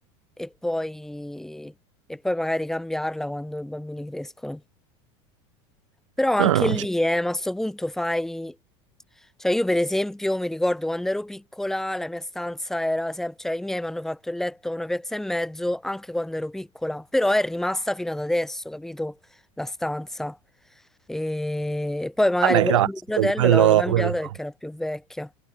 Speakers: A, in the centre; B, on the right.
A: e poi, e poi magari cambiarla quando i bambini crescono. Però anche
B: No, no,
A: lì,
B: cioè,
A: eh, ma a sto punto fai... Cioè io per esempio mi ricordo quando ero piccola, la mia stanza era sempre... Cioè i miei mi hanno fatto il letto a una piazza e mezzo anche quando ero piccola, però è rimasta fino ad adesso, capito? La stanza. E, e poi magari
B: Vabbè,
A: quella
B: classico,
A: di mio fratello
B: quello,
A: l'avevano cambiata
B: quello- no.
A: perché era più vecchia.